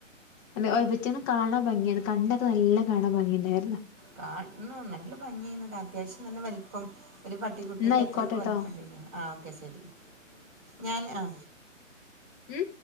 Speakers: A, on the left (about 15°); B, on the right (about 25°).
A: എന്തൊ ഓ തിന്റെനെ കാണ ഭംഗി യേത് കണ്ണൊക്കെ നല്ല കാണാൻ ഭംഗിണ്ടേര്ന്നു
B: കാണണം നല്ല ഭംഗിയേന്നു ക അത്യാവശ്യം നല്ല വല്പ്പം ഒരു പട്ടിക്കുട്ടീൻ്റെ
A: എന്നാ ആയിക്കോട്ടെട്ടോ
B: അത്രക്ക് വലിപ്പണ്ടേന്ന് ആ ഓക്കെ ശരി ഞാൻ ആ
A: ഉം